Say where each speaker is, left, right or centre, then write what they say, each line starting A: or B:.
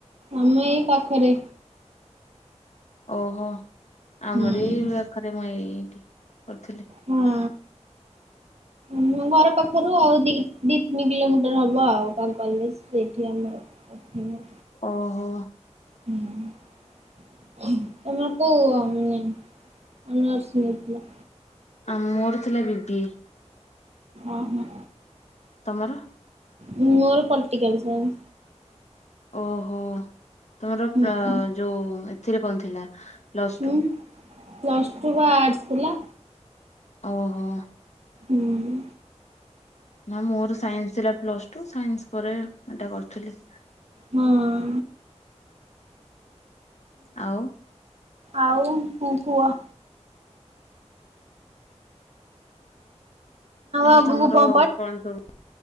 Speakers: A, on the right (about 60°); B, on the left (about 70°).
A: ଆମେ ଏଇ ପାଖରେ।
B: ଓହୋ ଆମର
A: ହୁଁ
B: ଏଇ। ପାଖରେ ମୁଁ ଏଇଠି କରିଥିଲି।
A: ହଁ ମୁ ଘର ପାଖରୁ ଆଉ ଦି। ଦି ତିନି କିଲୋମିଟର ହବ ଆଉ କ କଲେଜ ସେଇଠି ଆମର। ସ୍ ହଁ
B: ଓହୋ
A: <unintelligible> ତମର କୋଉ ମେ ଅନର୍ସ ନେଇଥିଲ।
B: ଆ ମୋର ଥିଲା ବିିବିଏ।
A: ଓଁ ହୋଁ।
B: ତମର।
A: ମୋର ପଲିଟିକଲ ସାଇନ୍ସ୍।
B: ଓହୋ ତମର
A: ହୁଁ ହୁଁ।
B: ଯୋଉ ଏଥିରେ କଣ ଥିଲା ପ୍ଲସ
A: ହୁଁ
B: ଟୁ
A: ପ୍ଲସ୍ ଟୁ ବା ଆର୍ଟସ୍ ଥିଲା।
B: ଓହୋ।
A: ହୁଁଉଁ।
B: ନା ମୋର ସାଇନ୍ସ ଥିଲା ପ୍ଲସ ଟୁ ସାଇନ୍ସ ପରେ ଏଇଟା କରୁଥିଲି।
A: ହଁ।
B: ଆଉ
A: ଆଉ ପୁ କୁହ।
B: ଆଉ
A: ଆଗକୁ
B: ତମର
A: କଣ
B: କଣ ସବୁ